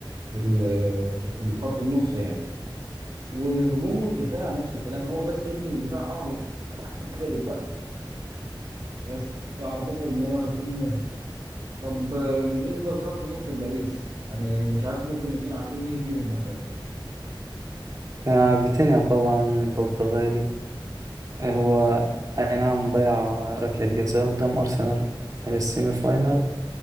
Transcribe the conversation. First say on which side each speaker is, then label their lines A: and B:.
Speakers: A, on the right (about 60°); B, on the right (about 40°).
A: في ال- في الخط النص يعني وهجوم والدفاع نفس الكلام هو بس يمكن الدفاع اه مش احسن حاجه دلوقتي بس فاعتقد ان هو هيكون مرهق طب آه، بالنسبه لخط نص باريس يعني مش عارف ممكن نكون عارفين مين فيهم مثلا
B: آه، فيتينيا طبعا البرتغالي آه، هو أي نعم ضيع ركلة جزاء قدام أرسنال في السيمي فاينال